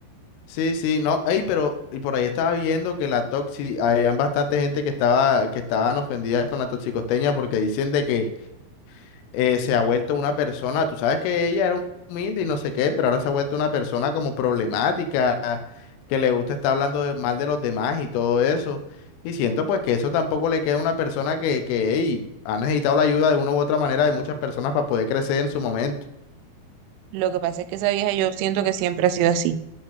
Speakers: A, on the left; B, on the right.
A: Sí, sí, no, ey, pero y por ahí estaba viendo que la toxi, había bastante gente que estaba, que estaban ofendidas con la toxicosteña porque dicen de que eh, se ha vuelto una persona, tú sabes que ella era humilde y no sé qué, pero ahora se ha vuelto una persona como problemática, que le gusta estar hablando de- mal de los demás y todo eso. Y siento pues que eso tampoco le queda a una persona que, que, ey, ha necesitado la ayuda de una u otra manera de muchas personas para poder crecer en su momento.
B: Lo que pasa es que esa vieja yo siento que siempre ha sido así.